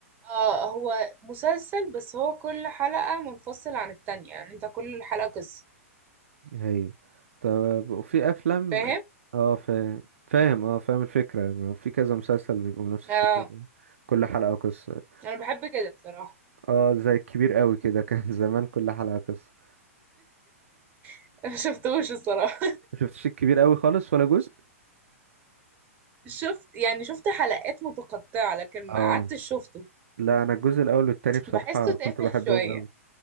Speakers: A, on the right; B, on the right.
A: اه هو مسلسل بس هو كل حلقة منفصلة عن التانية يعني انت كل حلقة قصة
B: ايوه طب وفي افلام
A: فاهم
B: اه فاهم فاهم اه فاهم الفكره ما في كذا مسلسل بيبقوا نفس الفكره
A: اه
B: ده. كل حلقه قصه
A: انا بحب كده بصراحة
B: اه زي الكبير قوي كده كان <laughs> زمان كل حلقه قصه
A: <laughs> ما شفتوش الصراحة
B: ما شفتش الكبير قوي خالص ولا جزء
A: <laughs> شفت يعني شفت حلقات متقطعة لكن
B: اه
A: ما قعدتش شفته
B: لا انا الجزء الاول والتاني بصراحه
A: بحسه تافه
B: كنت بحبهم
A: شوية
B: قوي